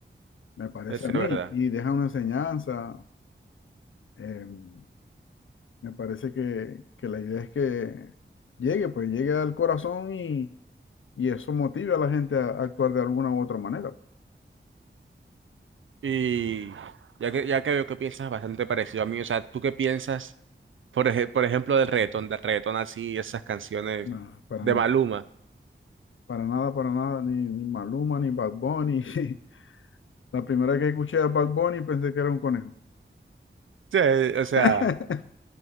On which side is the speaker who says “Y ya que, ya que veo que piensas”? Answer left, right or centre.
Right